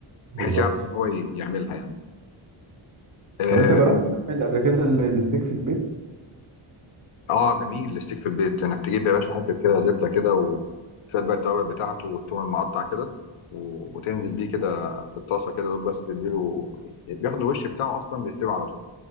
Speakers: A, on the right (about 35°); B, on the left (about 75°).
A: بالظبط
B: بحيث يعرف ان هو ي- يعملها يعني آه،
A: طب انت جربت تعمل قبل كده ال- الستيك في البيت
B: اه جميل الستيك في البيت انك تجيب يا باشا حته كده زبده كده وشويه بقى التوابل بتاعته والثوم المقطع كده و- وتنزل بيه كده في الطاسه كده دوب بس تديله بياخد الوش بتاعه اصلا بيستوي على طول